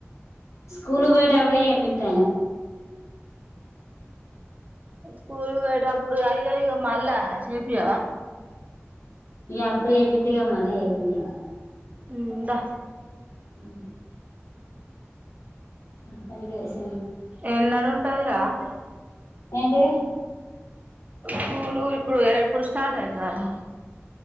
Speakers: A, on the left; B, on the right.
A: స్కూల్ కు పోయేటపుడే చెపిత్త ఆయనకు.
B: స్కూల్ కు పోయేటప్పుడు అయ్యో అయ్యో మళ్ళా చేపియ వా
A: ఇగ అప్పుడు చేపిత్తే ఇగ మల్లా చెపియ్యా.
B: ఉమ్ బా
A: ఉ అప్పడిగేస్
B: ఏన్ నడు ఉంటదిరా ధుష్
A: ఏంటీ
B: స్కూలు ఇప్పుడు ఎపుడు స్టార్ట్ అయితదట